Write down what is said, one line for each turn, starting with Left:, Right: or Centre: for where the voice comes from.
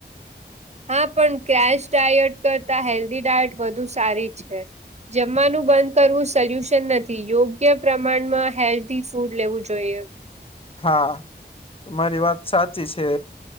Right: હા પણ કેશ ડાયટ કરતા હેલ્ધી ડાયટ વધુ સારી છે. જમવાનું બંધ કરવું સોલ્યુશન નથી, યોગ્ય પ્રમાણમાં હેલ્ધી ફૂડ લેવું જોઈએ.
Left: હા તમારી વાત સાચી છે.